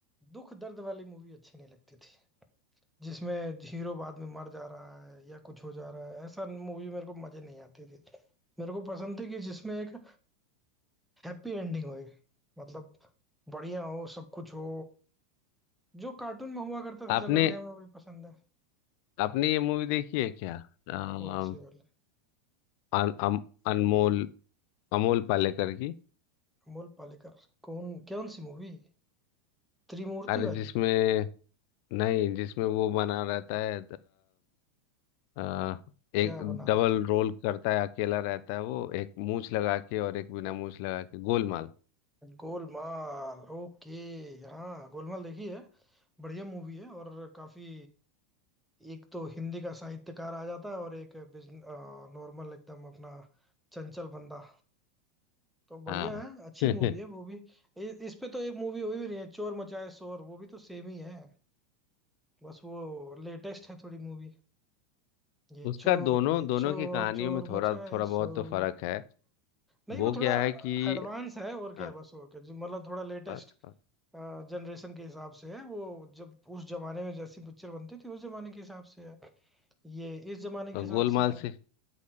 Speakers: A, in the centre; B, on the left (about 55°).
A: दुख दर्द वाली मूवी अच्छी नहीं लगती जिसमें हीरो बाद में मर जा रहा है या कुछ हो जा रहा है ऐसा मूवी मेरे को मजे नहीं आते थे मेरे को पसंद थी कि जिसमें एक हैप्पी एंडिंग होए मतलब बढ़िया हो सब कुछ हो जो कार्टून में हुआ करता था
B: आपने
A: जनरली हमें वही पसंद है
B: आपने ये मूवी देखी है क्या अम,
A: कौन सी वाली
B: अन, अम, अनमोल अमोल पालेकर की
A: अमोल पालेकर कौन कौन सी मूवी त्रिमूर्ति
B: अरे
A: वाली
B: जिसमें नहीं जिसमें वो बना रहता है आ, एक
A: क्या बना
B: डबल
A: रहे थे
B: रोल करता है अकेला रहता है वो एक मूछ लगा के और एक बिना मूछ लगा के गोलमाल
A: गोलमाल ओके हाँ गोलमाल देखी है बढ़िया मूवी है और काफी एक तो हिंदी का साहित्यकार आ जाता है और एक बिजन नॉर्मल एकदम अपना चंचल बंदा तो बढ़िया
B: हाँ
A: है अच्छी
B: <laughs>
A: मूवी है वो भी इ, इस पे तो एक मूवी हुई भी नहीं है चोर मचाए शोर वो भी तो सेम ही है बस वो लेटेस्ट है थोड़ी मूवी ये
B: उसका
A: चोर
B: दोनों
A: ये
B: दोनों
A: चोर
B: की कहानियों
A: चोर
B: में थोड़ा
A: मचाए
B: थोड़ा बहुत
A: शोर
B: तो फर्क है
A: नहीं
B: वो
A: वो थोड़ा
B: क्या है कि
A: एडवांस है और क्या
B: हाँ
A: है बस और क्या जो मतलब थोड़ा लेटेस्ट
B: बस बस।
A: जनरेशन के हिसाब से है वो जब उस जमाने में जैसी पिक्चर बनती थी उस जमाने के हिसाब से है ये इस जमाने के
B: और
A: हिसाब
B: गोलमाल
A: से है
B: से